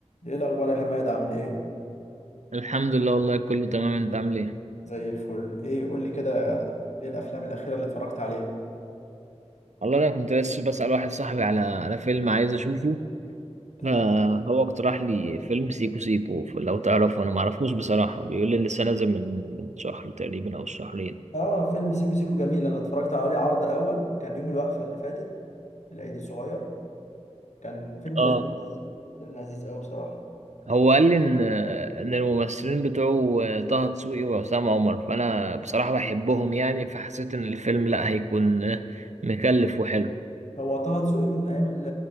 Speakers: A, on the left; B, on the right.
A: ايه الاخبار يا حماد عامل ايه
B: الحمد لله والله كله تمام انت عامل ايه
A: زي الفل ايه قول لي كده ايه الافلام الاخيره اللي اتفرجت عليها
B: والله انا كنت لسه بسأل واحد صاحبي على على فيلم عايز اشوفه
A: تمام
B: فهو اقترح لي فيلم سيكو سيكو لو تعرفه انا معرفوش بصراحة بيقول لي لسه نازل من من شهر تقريبا او شهرين
A: اه فيلم سيكو سيكو جميل انا اتفرجت عليه عرض اول كان يوم الوقفه اللي فاتت العيد الصغير كان فيلم
B: اه
A: لذيذ فيلم لذيذ قوي بصراحه
B: هو قال لي ان ان الممثلين بتوعه آه، طه دسوقي وعصام عمر فانا بصراحة بحبهم يعني فحسيت ان الفيلم لا هيكون آه، مكلف وحلو
A: هو طه دسوقي من ايام ال-